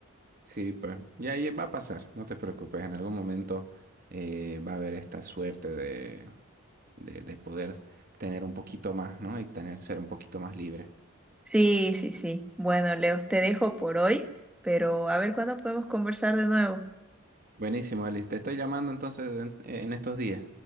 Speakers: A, on the right; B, in the centre.
A: Sí, pues, y ahí va a pasar, no te preocupes, en algún momento eh, va a haber esta suerte de, de, de poder tener un poquito más, ¿no? Y tener, ser un poquito más libre.
B: Sí, sí, sí. Bueno, Leo, te dejo por hoy, pero a ver cuándo podemos conversar de nuevo.
A: Buenísimo, Alice, te estoy llamando entonces en, en estos días.